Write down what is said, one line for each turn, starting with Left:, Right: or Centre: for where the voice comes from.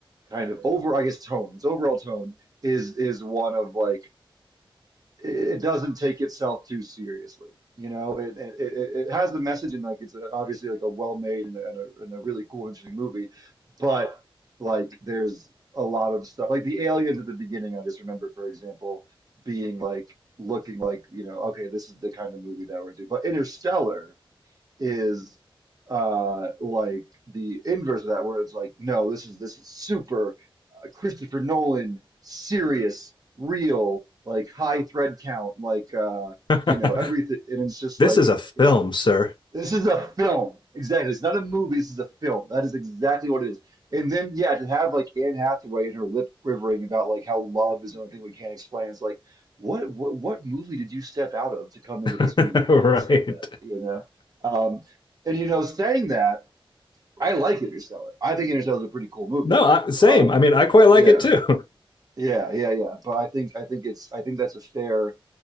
Right: kind of over, I guess tone, its overall tone is is one of like it doesn't take itself too seriously. You know, it it it it has the message and like it's obviously like a well-made and a, and a and a really cool, interesting movie, but like there's a lot of stuff like the aliens at the beginning. I just remember, for example, being like looking like you know, okay, this is the kind of movie that we're doing. But Interstellar is uh like the inverse of that where it's like no this is this is super uh, Christopher Nolan serious real like high thread count like uh
Left: <laughs>
Right: you know everything and it's just
Left: This
Right: like
Left: is a film,
Right: yeah
Left: sir.
Right: this is a film. Exactly. It's not a movie. This is a film. That is exactly what it is. And then, yeah, to have like Anne Hathaway and her lip quivering about like how love is the only thing we can't explain. It's like, what, what, what movie did you step out of to come into
Left: <laughs>
Right: this movie when
Left: Right.
Right: you just said that? You know? Um, and you know, saying that, I like Interstellar. I think Interstellar is a pretty cool movie.
Left: No, I, same.
Right: Um,
Left: I mean, I quite like
Right: yeah,
Left: it too.
Right: yeah, yeah, yeah. But I think, I think it's, I think that's a fair